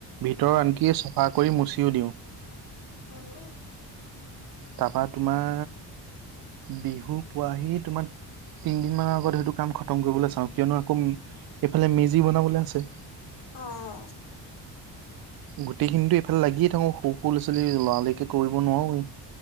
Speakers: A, on the right; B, on the left.
A: ভিতৰৰ
B: অ
A: আনকি চাফা কৰি মচিও দিওঁ।
B: অ'।
A: তাৰপা তোমাৰ বিহু পোৱাহি তোমাৰ তিনিদিন মানৰ আগত সেইটো কাম খতম কৰিবলৈ চাওঁ কিয়নো আকৌ এইফালে মেজি বনাবলৈ আছে।
B: অ'।
A: গোটেইখিনিতো এইফালে লাগিয়ে থাকো সৰু ল'ৰা ছোৱালী লৰালৰিকে কৰিব নোৱাৰোৱেই।